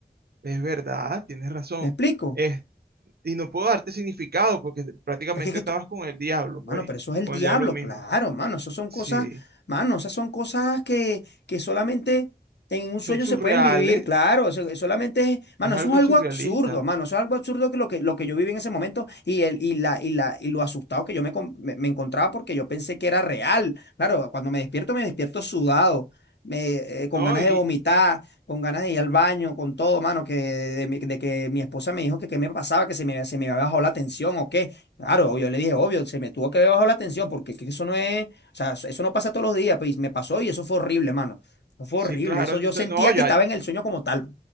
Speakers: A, on the right; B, on the left.
A: Es verdad, tienes razón.
B: ¿Me explico?
A: Es- y no puedo darte significado porque prácticamente
B: Es que, es que
A: estabas
B: esto-
A: con el diablo,
B: Mano,
A: pues.
B: pero eso es el
A: Con
B: diablo,
A: el diablo mismo.
B: claro, mano. Esas son
A: Sí.
B: cosas, mano, esas son cosas que, que solamente en un sueño
A: Son surreales.
B: se pueden vivir, claro. Eso, eso solamente es, mano,
A: Es algo
B: eso es algo
A: surrealista.
B: absurdo, mano. Eso es algo absurdo que lo que, lo que yo viví en ese momento y, el, y, la, y, la, y lo asustado que yo me, con- me, me encontraba porque yo pensé que era real. Claro, cuando me despierto, me despierto sudado, me, eh, con
A: ¿No?
B: ganas
A: Y.
B: de vomitar,
A: y-
B: con ganas de ir al baño, con todo, mano, que de, mi- de que mi esposa me dijo que qué me pasaba, que se me, se me había bajado la tensión o qué. Claro, obvio, le dije, obvio, se me tuvo que haber bajado la tensión porque es que eso no es, o sea, eso no pasa todos los días, pues y me pasó y eso fue horrible, mano. Eso fue
A: Sí,
B: horrible,
A: claro.
B: eso
A: yo
B: yo sentía
A: te- No, ya.
B: que estaba en el sueño como tal.